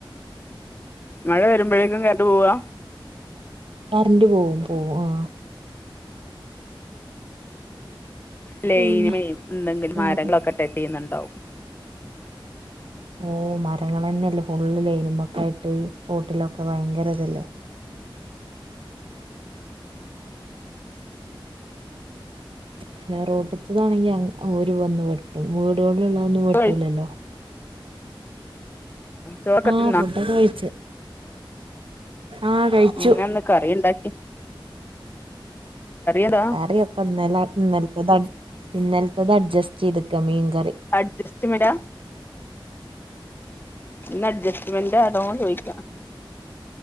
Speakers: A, on the left (about 25°); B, on the right (about 75°).
A: മഴ വരുമ്പോഴേക്കും കരണ്ട് പോവാ
B: കറന്റ് പോവും പോവും ആ
A: ലൈന്
B: പിന്നെ
A: മ്മേ എന്തെങ്കിലും
B: വേറെ
A: മരങ്ങളൊക്കെ ടച്ച് ചെയ്യുന്നുണ്ടാവും.
B: ഓഹ് മരങ്ങളന്നെ അല്ലെ ഫുള്ള് ലൈനമ്മക്ക് ആയിട്ട് റോട്ടിലൊക്കെ ഭയങ്കര ഇതല്ലേ. പിന്നെ റോട്ട്ത്തതാണെങ്കി അങ്ങ് ഓര് വന്നു വെട്ട് ട്ടും വീടുകളില്ള്ളൊന്നും
A: ആഹ്
B: വെട്ടൂലല്ലോ
A: ചോറൊക്കെ
B: ആഹ്
A: തിന്നാ
B: ഫുഡൊക്കെ കഴിച്ചു ആഹ് കഴിച്ചു
A: എന്താന്ന് കറി ഇണ്ടാക്കിയേ? എന്താ
B: കറിയൊക്കെ ഇന്നലെ ഇന്നലത്തത് അഡ് ഇന്നലത്തത് അഡ്ജസ്റ്റ് ചെയ്തക്കാ മീന്
A: അഡ്ജസ്റ്റ്മ്മെലാ ഇന്ന് അഡ്ജസ്റ്റ്മെന്റ് ആണോ ചോയിക്കാ